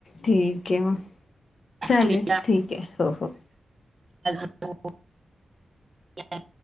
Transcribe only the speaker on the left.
ठीक आहे वा चालेल
ठीक आहे हो हो